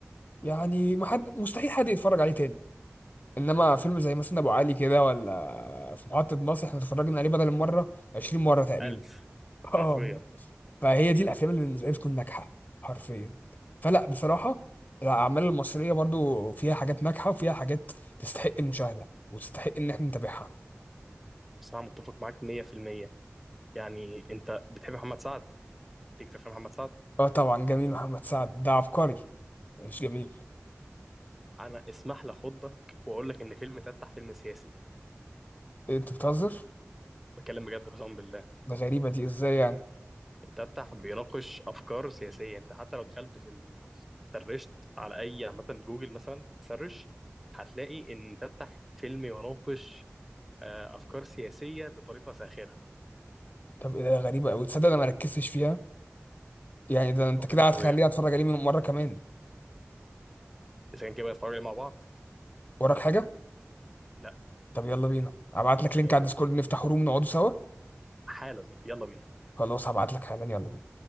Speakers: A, on the left (about 40°); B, in the centre.
A: يعني ما حد مستحيل حد يتفرج عليه تاني انما فيلم زي مثلا ابو علي كده ولا في محطة مصر احنا اتفرجنا عليه بدل المرة 20 مرة تقريبا
B: الف
A: <laughs> اه
B: حرفيا
A: فهي دي الافلام اللي بالنسبه لي بتكون ناجحه حرفيا فلا بصراحه الاعمال المصريه برضو فيها حاجات ناجحه وفيها حاجات تستحق المشاهده وتستحق ان احنا نتابعها
B: بس انا متفق معاك 100% يعني انت بتحب محمد سعد ليك في افلام محمد سعد
A: اه طبعا جميل محمد سعد ده عبقري مش جميل
B: انا اسمح لي اخضك واقول لك ان فيلم تفتح فيلم سياسي
A: انت بتهزر
B: بتكلم بجد قسما بالله
A: ده غريبه دي ازاي يعني
B: تفتح بيناقش افكار سياسيه انت حتى لو دخلت في ال- سرشت على اي عامه جوجل مثلا تسرش هتلاقي ان تفتح فيلم يناقش آه، افكار سياسيه بطريقه ساخره
A: طب إيه ده غريبه قوي تصدق انا ما ركزتش فيها يعني ده انت
B: او فيلم
A: كده
B: فظيع
A: هتخليني اتفرج عليه مره كمان
B: اذا كان كده بنتفرج عليه مع بعض
A: وراك حاجه
B: لا
A: طب يلا بينا هبعت لك لينك
B: يلا
A: على الديسكورد
B: بينا
A: نفتح روم نقعدوا سوا
B: حالا يلا بينا
A: خلاص هبعت لك حالا يلا بينا